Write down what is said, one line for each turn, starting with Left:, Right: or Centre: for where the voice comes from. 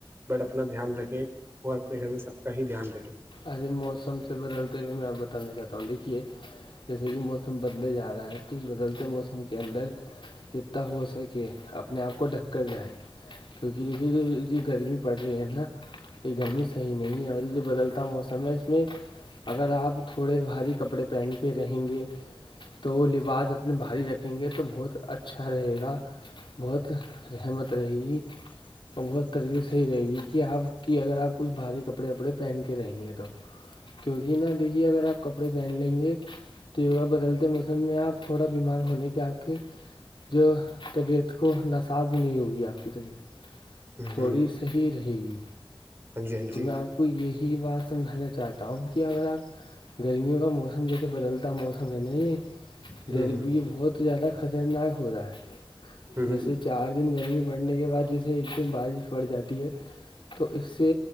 Right: بٹ اپنا دھیان رکھیں اور اپنے گھر میں سب کا ہی دھیان رکھیں
Left: ارے موسم سے بدلتے ہوئے میں بتانا چاہتا ہوں دیکھیے جیسے کہ موسم بدلے جا رہا ہے تو اس بدلتے موسم کے اندر اتنا ہو سکے اپنے آپ کو ڈھک کر جائے کیونکہ دیکھیے گرمی پڑ رہی ہے نا یہ گرمی صحیح نہیں ہے اور یہ بدلتا موسم سیں اس میں اگر آپ تھوڑے بھاری کپڑے پہنتے رہیں گے تو لباس اپنے بھاری رکھیں گے تو بہت اچھا رہے گا بہت رحمت رہے گی اور بہت ترویت صحی رہے گی کہ آپ کی اگر آپ کچھ بھاری کپڑے وپڑے پہن کے رہیں ہیں تو تو کیونکہ نا دیکھیے اگر آپ کپڑے پہن لیں گے تیوا بدلتے موسم میں آپ تھوڑا بیمار ہونے کے آپ کے جو طبیعت کو نساز نہیں ہوگی آپ کی طبیعت
Right: ہ ہ
Left: تھوڑی صحیح رہے گی
Right: ہاں جی ہاں
Left: تو
Right: جی
Left: میں آپ کو یہی بات سمجھانا چاہتا ہوں کہ اگر آپ گرمیوں کا موسم جیسے بدلتا موسم ہے نہیں
Right: ہ
Left: ڈھر بھی یہ بہت زیادہ خطرناک ہو رہا ہے
Right: ہ
Left: جیسے چارج دن گرمی بڑھنے کے بعد جیسے ایک دن بارش پڑ جاتی ہے تو اس سے